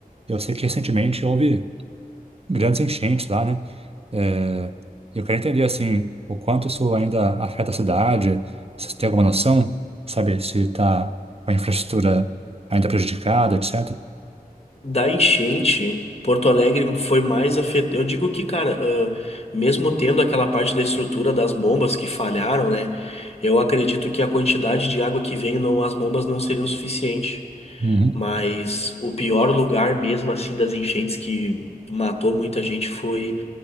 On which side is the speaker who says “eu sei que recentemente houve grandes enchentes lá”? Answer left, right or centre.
Right